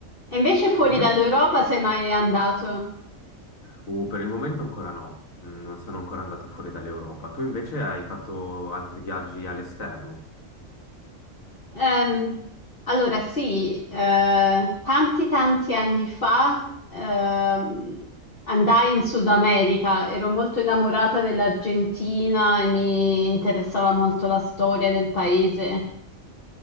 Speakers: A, on the left (about 45°); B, on the left (about 75°).
A: E invece fuori
B: E invece,
A: dall'Europa sei mai andato?
B: uh, per il momento ancora no, Mm, non sono ancora andato fuori dall'Europa. Tu invece hai fatto altri viaggi all'esterno?
A: Ehm, allora, sì, eh, tanti tanti anni fa ehm, andai in Sud America, ero molto innamorata dell'Argentina e mi interessava molto la storia del paese